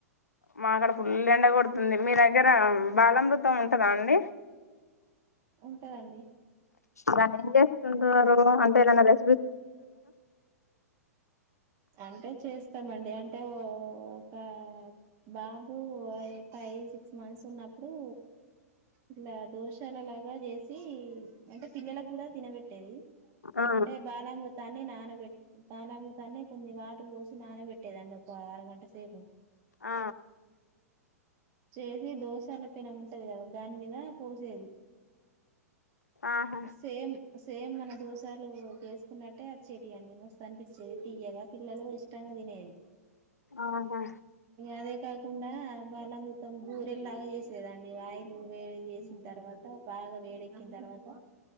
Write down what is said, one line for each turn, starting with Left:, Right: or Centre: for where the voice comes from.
Left: మాకాడ ఫుల్ ఎండ కొడుతుంది మీ దగ్గర బాలామృతం ఉంటదా అండి <inaudible>
Right: ఉంటదండి
Left: దాన్ని ఏం చేసుకుంటున్నారు అంటే ఏదన్నా రె
Right: అంటే చేస్ స్తామండి అంటే ఒక బాబు ఫైవ్ సిక్స్ మంత్స్ ఉన్న ఇప్పుడు ఇట్లా దోశలలాగా చేసి అంటే పిల్లలకు కూడా తినబెట్టేది
Left: ఆ
Right: అంటే బాలామృతాన్ని నానబె బాలామృతాన్ని కొంచెం వాటర్ పోసి నానబట్టేదండి ఒక ఒక అరగంట సేపు
Left: ఆ
Right: చేసి దోశల పెనముం ఉంటాది కదా దాని మీద పోసేది
Left: ఆహా
Right: సేమ్ సేమ్ మన దోశలు చేసుకున్నట్టే వచ్ఛేటియ్యి అండి మస్తు అనిపించేది తీయగా పిల్లలు ఇష్టంగా తినేది
Left: ఆహా
Right: అదే కాక కాకుండా బలామృతం పూరి లాగా చేసేదండి ఆయిలు వేడి చేసిన తర్వాత బాగా వెడకి తర్వాత